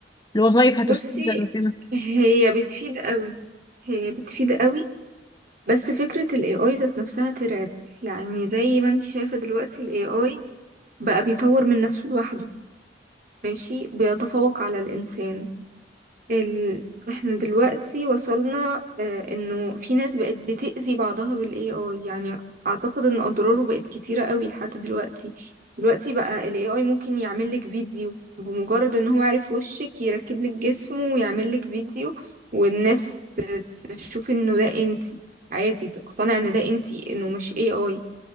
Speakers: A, on the left (about 25°); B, on the right (about 50°).
A: الوظائف هتستبدل
B: بصي
A: وكده
B: هي بتفيد قوي هي بتفيد قوي بس فكرة ال AI ذات نفسها ترعب يعني زي ما انت شايفة دلوقتي ال AI بقى بيطور من نفسه لوحده ماشي بيتفوق على الإنسان ال... احنا دلوقتي وصلنا آه انه في ناس بقت بتأذي بعضها بالاي اي يعني اعتقد ان اضراره بقت كتيرة قوي لحد دلوقتي دلوقتي بقى الاي اي ممكن يعمل لك فيديو بمجرد ان هو عارف وشك يركب لك جسمه ويعمل لك فيديو والناس ت- تشوف انه ده انتي عادي تقتنع ان ده انتي انه مش اي اي